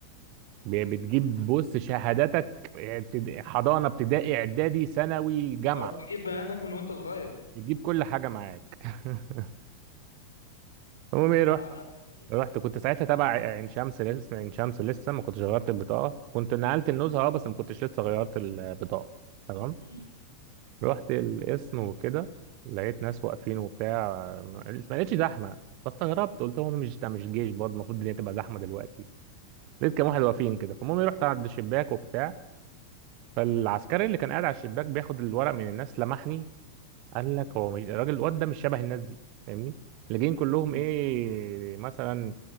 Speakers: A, on the right; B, on the left.
A: بي- بتجيب بص شهاداتك ابتد- حضانه ابتدائي اعدادي ثانوي جامعه
B: طب بتجيب بناتك من وانت صغير
A: بتجيب كل حاجه معاك <laughs> المهم ايه رحت
B: بعدها بسنتين.
A: رحت كنت ساعتها تبع عين شمس لسه اسم عين شمس لسه ما كنتش غيرت البطاقه كنت نقلت
B: مم.
A: النزهه اه بس ما كنتش لسه غيرت البطاقه تمام
B: مم.
A: رحت القسم وكده لقيت ناس واقفين وبتاع ما ما لقيتش زحمه فاستغربت قلت هو مش ده مش جيش برضه المفروض الدنيا تبقى زحمه دلوقتي لقيت كام واحد واقفين كده فالمهم رحت عند الشباك وبتاع فالعسكري اللي كان قاعد على الشباك بياخد الورق من الناس لمحني قال لك هو مش الراجل الواد ده مش شبه الناس دي فاهمني اللي جايين كلهم
B: مم.
A: ايه مثلا